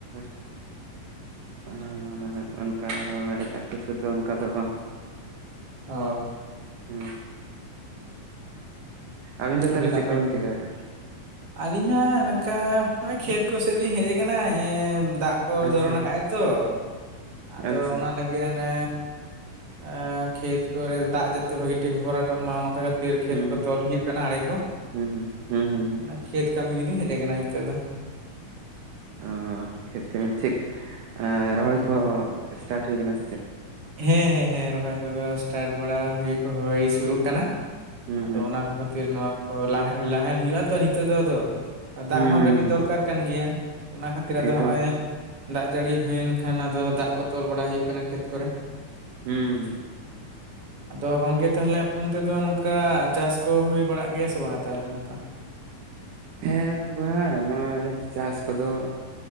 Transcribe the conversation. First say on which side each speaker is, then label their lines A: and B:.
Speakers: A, on the right; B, on the right.
A: <unintelligible> ᱚᱸᱻ ᱚᱱᱠᱟ ᱟᱨᱦᱚᱸ ᱮᱴᱟᱜ ᱠᱤᱪᱷᱩᱼᱼ ᱛᱚ ᱚᱱᱠᱟ ᱫᱚ ᱵᱟᱝ
B: ᱚ
A: ᱦᱩᱸ᱾ ᱟᱵᱤᱱ ᱫᱚ
B: ᱟᱹᱰᱤ
A: ᱛᱟᱦᱚᱞᱮ
B: ᱱᱟᱯᱟᱭ
A: ᱪᱮᱫ ᱠᱚᱵᱤᱱ
B: ᱠᱩᱠᱼᱼ
A: ᱪᱤᱠᱟᱭᱮᱫᱼᱟ
B: ᱟᱹᱞᱤᱧ ᱦᱚᱸ ᱱᱚᱝᱠᱟ ᱱᱚᱜ-ᱚᱭ ᱠᱷᱮᱛ ᱠᱚᱥᱮᱫ ᱞᱤᱧ ᱦᱮᱡ ᱟᱠᱟᱱᱟ, ᱮ‍‍ᱸᱻ ᱫᱟᱜ ᱠᱚ
A: ᱟᱪᱪᱷᱟ
B: ᱫᱷᱚᱨᱚᱱ ᱠᱟᱜ-ᱟᱭ ᱛᱚ, ᱟᱫᱚ
A: ᱟᱪᱪᱷᱟ
B: ᱚᱱᱟ ᱞᱟᱹᱜᱤᱫ ᱦᱟᱱᱮ ᱮᱸ ᱠᱷᱮᱛ ᱠᱚᱨᱮ ᱫᱟᱜ ᱡᱟᱛᱮ ᱵᱷᱟᱹᱜᱤ ᱴᱷᱤᱠ ᱵᱷᱚᱨᱟᱴᱚᱜ ᱢᱟ ᱱᱚᱝᱠᱟ ᱠᱷᱟᱹᱛᱤᱨ ᱠᱷᱮᱛ
A: ᱦᱩᱸ
B: ᱠᱚ
A: ᱦᱩᱸ
B: ᱛᱚᱞ ᱦᱩᱭᱩᱜᱼᱼ ᱠᱟᱱᱟ ᱟᱲᱮ ᱠᱚ,
A: ᱦᱩᱸ ᱦᱩᱸ ᱦᱩᱸ ᱦᱩᱸ ᱦᱩᱸ
B: ᱚᱱᱟ ᱠᱷᱮᱛ ᱠᱟᱹᱢᱤ ᱜᱮᱞᱤᱧ ᱦᱮᱡ ᱠᱟᱱᱟ ᱱᱤᱛᱚᱜ ᱫᱚ᱾
A: ᱚ ᱠᱷᱮᱛ ᱠᱟᱹᱢᱤ ᱴᱤᱠ ᱨᱚᱦᱚᱭ ᱠᱚ ᱮᱥᱴᱟᱴ ᱦᱩᱭ ᱟᱠᱟᱱᱟ ᱥᱮ ᱪᱮᱫ?
B: ᱦᱮᱸ ᱦᱮᱸ ᱦᱮᱸ, ᱨᱚᱦᱚᱭ ᱠᱚ ᱫᱚ ᱮᱥᱴᱟᱴ ᱵᱟᱲᱟ ᱦᱩᱭᱩᱜᱼᱟ ᱦᱩᱭ ᱥᱩᱨᱩᱜ ᱠᱟᱱᱟ
A: ᱦᱩᱸ
B: ᱟᱫᱚ
A: ᱦᱩᱸ
B: ᱚᱱᱟ ᱠᱚ ᱠᱷᱟᱹᱛᱤᱨ ᱱᱚᱣᱟ ᱠᱚ ᱞᱟ ᱞᱟᱦᱮᱞ ᱦᱩᱭᱩᱜᱼᱟ ᱛᱚ ᱱᱤᱛᱚᱜ ᱫᱚ ᱟᱫᱚ ᱾ ᱫᱟᱜ
A: ᱦᱩᱸ
B: ᱦᱚᱸ
A: ᱦᱩᱸ
B: ᱠᱟᱹᱴᱤᱡ
A: ᱦᱩᱸ
B: ᱫᱚᱨᱠᱟᱨ ᱠᱟᱱ ᱜᱮᱭᱟ ᱚᱱᱟ ᱠᱷᱟᱹᱛᱤᱨ ᱟᱫᱚ
A: ᱮᱭᱛᱚ
B: ᱦᱚᱸᱜᱼᱚᱭ ᱫᱟᱜ ᱡᱟᱹᱲᱤ ᱦᱩᱭᱮᱱ ᱠᱷᱟᱱ ᱟᱫᱚ ᱫᱟᱜ ᱠᱚ ᱛᱚᱞ ᱵᱟᱲᱟ ᱦᱩᱭᱩᱜ ᱠᱟᱱᱟ ᱠᱷᱮᱛ ᱠᱚᱨᱮ ᱾
A: ᱦᱩᱸ ᱦᱩᱸ ᱾
B: ᱟᱫᱚ ᱜᱚᱝᱠᱮ ᱛᱟᱦᱞᱮ ᱟᱯᱮ ᱚᱱᱛᱮ ᱫᱚ ᱱᱚᱝᱠᱟ ᱪᱟᱥ ᱠᱚ ᱦᱩᱭ ᱵᱟᱲᱟᱜ ᱜᱮᱭᱟ ᱥᱮ ᱵᱟᱝ-ᱟ ᱛᱟᱦᱞᱮ ᱱᱚᱝᱠᱟ?
A: ᱦᱮᱸ ᱜᱚᱝᱠᱮ, ᱱᱚᱜᱼᱚᱭ ᱪᱟᱥ ᱠᱚ ᱫᱚ